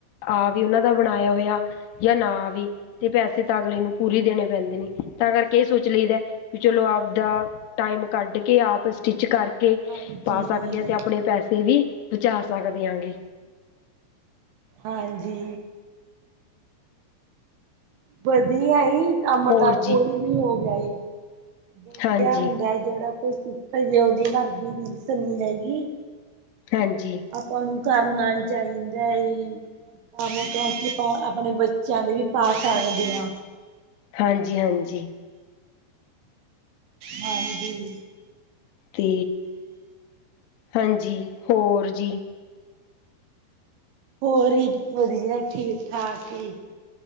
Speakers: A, on the left; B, on the right.
A: ਆਵੇ ਉਹਨਾਂ ਦਾ ਬਣਾਇਆ ਹੋਇਆ ਯਾ ਨਾ ਆਵੇ ਤੇ ਪੈਸੇ ਤਾਂ ਅਗਲੇ ਨੂੰ ਪੂਰੇ ਦੇਣੇ ਪੈਂਦੇ ਨੇ ਤਾਂ ਕਰਕੇ ਇਹ ਸੋਚ ਲਈਦਾ ਵੀ
B: ਹਾਂ
A: ਚਲੋ ਆਪਦਾ ਟਾਈਮ ਕੱਢ ਕੇ ਆਪ ਸਟਿੱਚ ਕਰਕੇ
B: ਹਾਂਜੀ
A: ਪਾ ਸਕਦੇ ਆ ਤੇ ਆਪਣੇ ਪੈਸੇ ਵੀ ਬਚਾ ਸਕਦੇ ਆ ਗੇ।
B: ਹਾਂਜੀ। ਵਧੀਆ ਈ ਕੰਮ
A: ਹੋਰ
B: ਤਾਂ ਕੋਈ
A: ਜੀ
B: ਵੀ ਹੋ ਗਿਆ ਈ। ਵਧੀਆ
A: ਹਾਂਜੀ
B: ਹੁੰਦਾ ਜਿਹੜਾ ਕੋਈ ਸਿੱਖ ਜੇ ਉਹਦੀ ਵਰਗੀ ਰੀਸ ਨਹੀਂ ਹੈਗੀ।
A: ਹਾਂਜੀ।
B: ਆਪਾਂ ਨੂੰ ਕਰਨਾ ਚਾਹੀਦਾ ਈ ਭਾਵੇ ਕਿਉਂਕਿ ਆਪ ਆਪਣੇ ਬ ਬੱਚੇਆਂ ਦੇ ਵੀ ਪਾ ਸਾਕਦੇ ਆ
A: ਹਾਂਜੀ-ਹਾਂਜੀ।
B: ਹਾਂਜੀ।
A: ਤੇ, ਹਾਂਜੀ ਹੋਰ ਜੀ।
B: ਹੋਰ ਵੀ ਵਧੀਆ ਠੀਕ ਠਾਕ ਈ